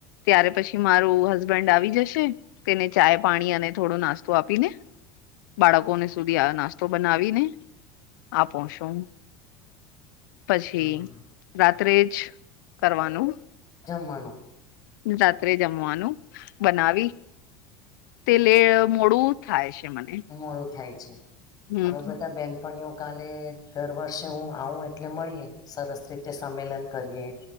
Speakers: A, on the left (about 80°); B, on the left (about 35°).
A: ત્યારે પછી મારું હસબન્ડ આવી જશે તેને ચાય પાણી અને થોડો નાસ્તો આપી ને બાળકોને સુધી આ નાસ્તો બનાવીને આપો છું પછી
B: હમ
A: રાત્રે જ કરવાનું
B: જમવાનું
A: રાત્રે જમવાનું બનાવી તે લે મોડું થાય છે મને
B: મોડું થાય છે
A: હમ
B: હવે બધા બે બેનપણીઓ કાલે દર વર્ષે હું આવું એટલે મળીએ સરસ રીતે સંમેલન કરીએ